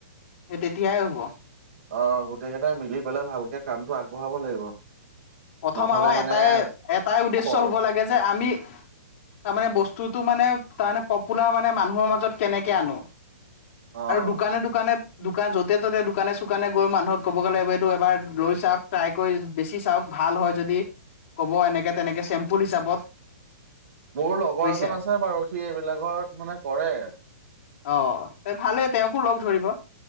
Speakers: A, on the left; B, on the right.
A: সেই তেতিয়াই হ'ব।
B: অ গোটেই কেইটাই মিলি পেলাই ভালকে কামটো আগবঢ়াব লাগিব।
A: প্ৰথম
B: নহ'লে
A: আমাৰ
B: মানে
A: এটাই এটাই উদ্দেশ্য
B: খৰ
A: হ'ব লাগে যে আমি তাৰ মানে বস্তুতটো মানে তাৰমানে পপুলাৰ মানে মানুহৰ মাজত কেনেকে আনো।
B: অ',
A: দোকানে দা দোকানে দোকান যতে ত'তে দোকানে চুকানে গৈ মানুহক ক'বগে লাগিব এইটো এবাৰ লৈ চাওক ট্ৰাই কৰি বেছি চাওক। ভাল হয় যদি, ক'ব এনেকৈ-তেনেকৈ চেম্পুল হিচাপত।
B: মোৰ লগৰ
A: বুজিছে
B: এজন আছে বাৰু সি এইবিলাকত মানে কৰে।
A: অ। তে ভালে তেওঁকো লগ ধৰিব